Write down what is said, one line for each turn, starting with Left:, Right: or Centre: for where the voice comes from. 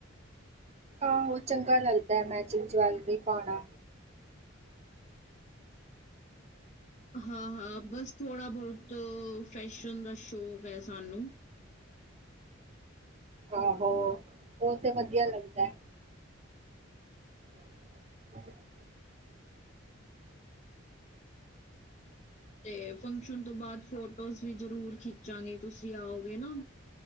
Right: ਆਹੋ, ਚੰਗਾ ਲੱਗਦਾ ਐ ਮੈਚਿੰਗ ਜਵੈਲਰੀ ਪਾਣਾ।
Left: ਹਾਂ-ਹਾਂ, ਬਸ ਥੋੜ੍ਹਾ ਬਹੁਤ ਫੈਸ਼ਨ ਦਾ ਸ਼ੌਕ ਐ ਸਾਨੂੰ
Right: ਆਹੋ ਓਹ ਤੇ ਵਧੀਆ ਲੱਗਦੈ। <inaudible>
Left: ਤੇ ਫੰਕਸ਼ਨ ਤੋਂ ਬਾਅਦ ਫੋਟੋਜ਼ ਵੀ ਜਰੂਰ ਖਿੱਚਾਂਗੇ, ਤੁਸੀਂ ਆਓਗੇ ਨਾ